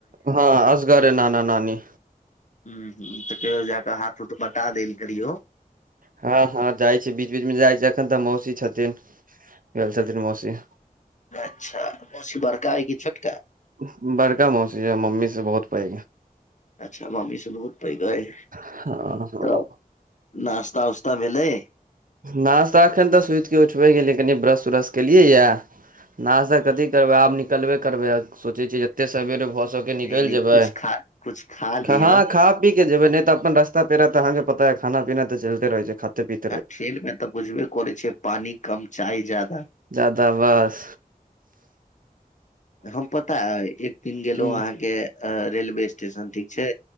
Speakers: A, on the right; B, on the left.
A: हँ असगरे नाना -नानी
B: हुं- हुं तऽ कैहियो जाकऽ हाथ -हुथ बंटा देल करियो।
A: हँ- हँ जाइ छै। बीच -बीच मे जाइ छै। अखन तऽ मौसी छथिन। गेल छथिन मौसी।
B: अच्छा। मोसी बड़का अय की छोटका?
A: उंह-बड़का मौसी अय मम्मी से बहुत पैइग अय।
B: अच्छा मम्मी स बहुत पैइग अय?
A: हँ हँ
B: तऽ नास्ता उस्ता त भेलय?
A: नाश्ता एखन तऽ सुइत क उठबे गेलियै कनि ब्रश -उरश केलियैयैऽ नाश्ता कथी करबय? आब निकलबे करबय आ सोचय छीे जते सवेरे भसक- के
B: नहीं
A: निकैल
B: नहीं
A: जेबै।
B: कुछ खा कुछ खा लिअ
A: खहां खा- पी के जेबय नै त अप्पन रस्ता -पेरा त अहाँके पताअय खाना -पीना त चैइलते रछै। खाते- पीेते-
B: आ फेल मे तऽ बुझबे करै छियै पानि कम चाय जादा।
A: जादावश
B: हम पता अय, एक दिन गेलौं
A: की
B: अहाँके अ-रेलवे स्टेशन ठीक छै